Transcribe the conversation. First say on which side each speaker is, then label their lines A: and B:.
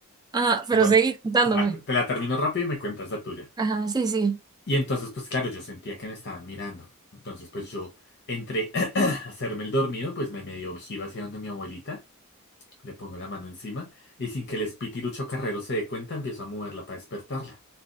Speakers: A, on the right; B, on the left.
A: Ajá, pero
B: Bueno,
A: seguí contándome.
B: va, te, te la termino rápido y me cuentas la tuya.
A: Ajá, sí, sí.
B: Y entonces, pues claro, yo sentía que me estaban mirando. Entonces, pues yo entré <clears throat> a hacerme el dormido, pues me medio giro hacia donde mi abuelita, le pongo la mano encima y sin que el espitirucho carrero se dé cuenta, empiezo a moverla para despertarla.